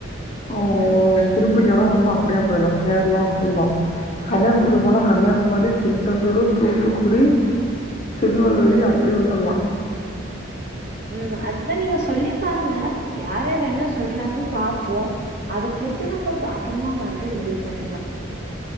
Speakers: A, on the left; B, on the right.
A: ஆ குறிப்பிட்ட எடோ வந்து அப்டியே போய்யில்லா கேரளா கொல்லோ கன்னியாகுமரி போனா கன்னியாகுமரி திருச்செந்தூரு தூத்துக்குடி திருநெல்வேலி அப்டி வந்துல்லா
B: ம் அதுதா நீங்க சொல்லி பாருங்க யார் யார் என்ன சொல்றாங்கன் பாப்போ அது பொறுத்து நம்ம அப்பறமா வந்து முடிவு பண்ணிக்லா